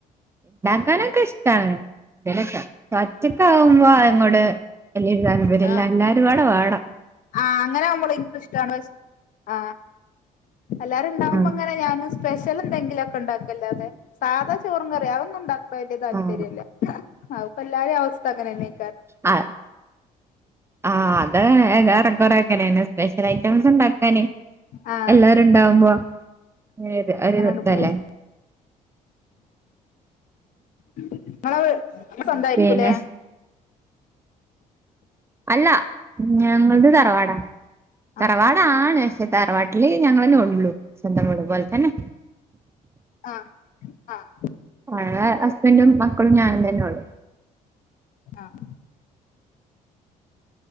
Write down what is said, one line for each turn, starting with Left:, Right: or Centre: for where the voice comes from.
Right: ഉണ്ടാക്കാനൊക്കെ ഇഷ്ടാണ് എന്തേ ലൊക്കെ ഒറ്റക്കാ വുമ്പങ്ങട്. വല്യരു താല്പര്യല്ല
Left: ആഹ്
Right: എല്ലാരും പാടെ വാണം.
Left: ആഹ് അങ്ങനെ ആവുമ്പോ നിക്കു ഷ്ടാണ് ആ എല്ലാരും ഉണ്ടാവുമ്പോ
Right: ആഹ്
Left: ഇങ്ങനെ ഞാനും. സ്പെഷ്യൽ എന്തെങ്കിലും ഒക്കെ ഇണ്ടാക്കല്ലാതെ സാധാ ചോറും കറിയുംഅഒന്നും ഉണ്ടാക് ണ ത് വലിയ താല്പര്യംല്ല.
Right: ആഹ്
Left: ആ അത് പെല്ലാരി അവസ്ഥ അങ്ങനെ നാക്കാരും.
Right: ആ ആ അത് എറെകൊറെ അങ്ങനന്നെ. സ്പെഷ്യൽ ഐറ്റംസ് ഇണ്ടാക്കാന്
Left: ആഹ്
Right: എല്ലാരും ഇണ്ടാവുമ്പോ. ഏത് ഒരു
Left: അങ്ങനെണ്ട്
Right: ഇതല്ലേ?
Left: പോവും ഇങ്ങളെ വ് സ്വന്തായിരിക്കൂല്ലെ?
Right: പിന്നെ അല്ല ഞങ്ങള് തറവാടാ തറവാടാണ്.
Left: ആഹ്
Right: പക്ഷേ താറവാട്ടില് ഞങ്ങളന്നെ ഒള്ളൂ സ്വന്തം വീട് പോലെ തന്നെ.
Left: ആ ആഹ്
Right: ആ ഹസ്ബൻറും മക്കളും ഞാനും തന്നെ ഉള്ളു.
Left: ആഹ്